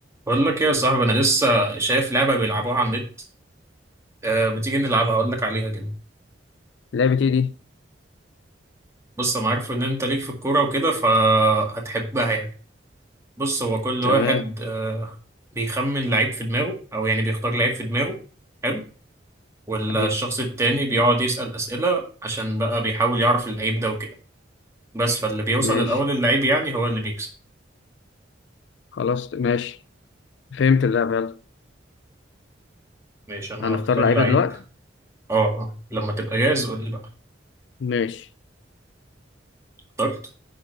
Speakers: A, on the right (about 15°); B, on the left (about 70°).
A: بقول لك ايه يا صاحبي انا لسه شايف لعبه بيلعبوها على النت أه ما تيجي نلعبها اقول لك عليها كده
B: لعبة ايه دي؟
A: بص انا عارف ان انت ليك في الكوره وكده فهتحبها يعني بص هو كل
B: تمام
A: واحد أه بيخمن لعيب في دماغه او يعني بيختار لعيب في دماغه حلو والشخص
B: أيوه
A: التاني بيقعد يسأل اسئله عشان بقى بيحاول يعرف اللعيب ده وكده بس فاللي بيوصل
B: ماشي
A: الاول اللعيب يعني هو اللي بيكسب
B: خلاص ماشي فهمت اللعبة يلا
A: ماشي انا
B: هنختار
A: هختار
B: لعيبة
A: لعيب
B: دلوقتي
A: اه اه لما تبقى جاهز قول لي بقى
B: ماشي
A: اخترت